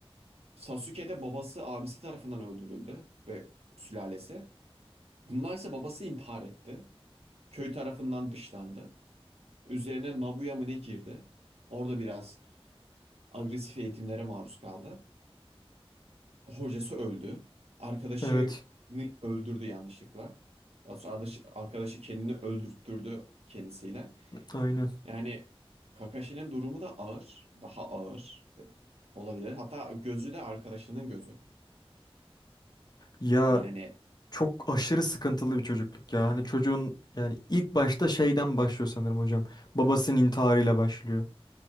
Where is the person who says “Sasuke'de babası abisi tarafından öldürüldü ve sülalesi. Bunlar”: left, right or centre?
Right